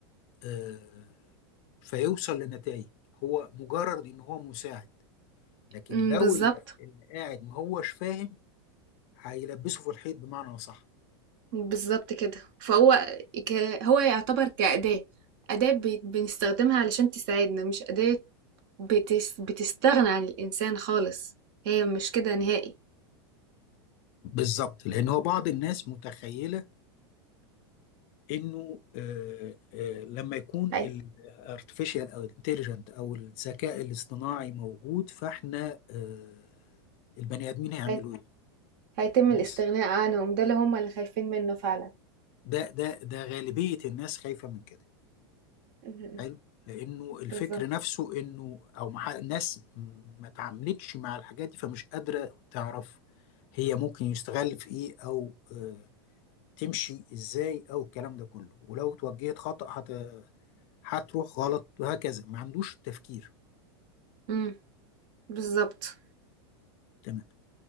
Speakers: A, on the left; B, on the right.
A: آه، فيوصل لنتائج هو مجرد ان هو مساعد لكن
B: امم
A: لو
B: بالظبط
A: اللي اللي قاعد ما هوش فاهم هيلبسه في الحيط بمعنى صح
B: بالظبط كده فهو ك... هو يعتبر كأداة أداة بي- بنستخدمها علشان تساعدنا مش أداة بتس... بتستغنى عن الإنسان خالص هي مش كده نهائي
A: بالظبط لان هو بعض الناس متخيله انه آه، آه، لما يكون
B: هي...
A: الارتفيشال او الانتليجنت او الذكاء الاصطناعي موجود فاحنا آه، البني ادمين هيعملوا
B: هي...
A: ايه
B: هيتم
A: كويس
B: الاستغناء عنهم ده اللي هم اللي خايفين منه فعلا
A: ده ده ده غالبيه الناس خايفه من كده
B: م- م.
A: حلو لانه الفكر
B: بالظبط
A: نفسه انه او مح- الناس ما تعاملتش مع الحاجات دي فمش قادره تعرف هي ممكن يستغل في ايه او آه، تمشي ازاي او الكلام ده كله ولو توجهت خطأ هت هتروح غلط وهكذا ما عندوش تفكير
B: امم بالظبط
A: تمام